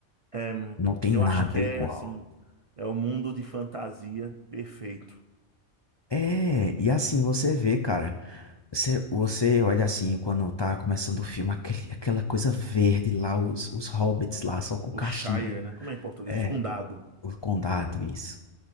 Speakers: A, on the right; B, on the left.
A: É, mano,
B: não tem
A: eu
B: nada
A: acho que é
B: igual.
A: assim, é o mundo de fantasia perfeito.
B: É, e assim você vê, cara. Você, você olha assim, quando tá começando o filme, aquele- aquela coisa verde lá, os, os hobbits lá, só com o
A: O
B: cachimbo.
A: Shire, né? Como é em português?
B: É,
A: Os condado.
B: o condado, isso.